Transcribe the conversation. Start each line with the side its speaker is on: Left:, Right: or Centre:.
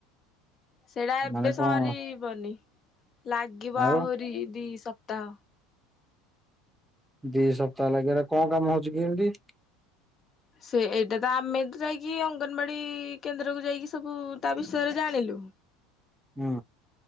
Left: ସେଇଟା ଏବେ
Centre: ମାନେ
Left: ସରିବନି
Centre: କଣ
Left: ଲାଗିବ
Centre: ଆଉ
Left: ଆହୁରି ଦି ସ ତ
Centre: ଦି ସପ୍ତାହ ଲାଗିବ ହେଟା କଣ କାମ ହଉଛି କି ଏମିତି?
Left: ସେ ଏଇଟା ତ ଆମେ ତ ଯାଇକି ଅଙ୍ଗନବାଡି କେନ୍ଦ୍ରକୁ ଯାଇକି ସବୁ ତା ବିଷୟରେ ଜାଣିଲୁ।
Centre: ହୁଁ।